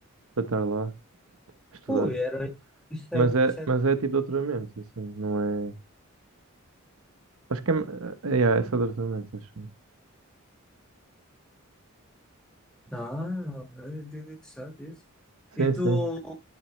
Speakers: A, on the right; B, in the centre.
A: para estar lá a estudar.
B: Ui, era. Isso
A: Mas
B: é,
A: é,
B: isso é...
A: mas é tipo doutoramento, assim, não é. Acho que é, é, é é só doutoramento, acho.
B: Ah, é interessante isso.
A: Sim,
B: E tu,
A: sim.